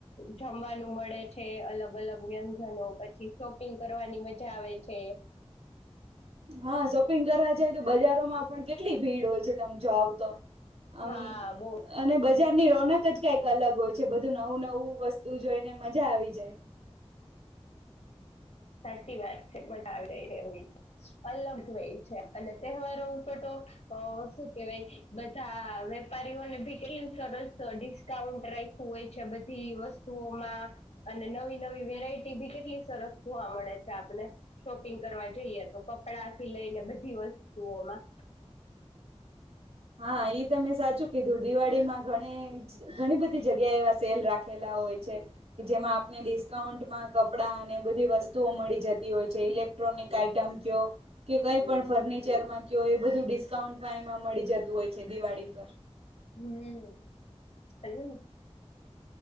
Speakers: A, on the left (about 75°); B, on the right (about 70°).
A: જમવાનું મળે છે અલગ અલગ વ્યંજનો પછી શોપિંગ કરવાની મજા આવે છે
B: હા શોપિંગ કરવા જાય તો બજારોમાં પણ કેટલી ભીડ હોય છે તમે જોઓ તો આમ
A: હા બહુ
B: અને બજારની રોનક જ કઈક અલગ હોય બધું નવું નવું વસ્તુ જોઈને મજા આવી જાય
A: સાચી વાત છે બટ આવી અલગ હોય છે અને તહેવારો ઉપર તો અ શું કેહેવાય બધા વેપારીઓને ભી કેટલી સરસ ડિસ્કાઉન્ટ રાખવું હોય છે બધી વસ્તુ માં અને નવી નવી વેરાયટી ભી કેટલી સરસ જોવા મળે છે આપને શોપિંગ કરવા જઈએ તો કપડાથી લઈને બધા દિવસ જુઓમાં
B: હા તમે સાચું કીધું દિવાળી માં ઘણી બધી જગ્યાએ એવા સેલ રાખેલા હોય છે કે જેમાં આપણે ડિસ્કાઉન્ટમાં કપડા અને બધી વસ્તુઓ મળી જતી હોય છે ઇલેક્ટ્રોનિક આઈટમ ક કે કઈ પણ ફરક ફર્નિચરમાં કયો એ બધું ડિસ્કાઉન્ટમાં એમાં મળી જત દિવાળી પર
A: હમ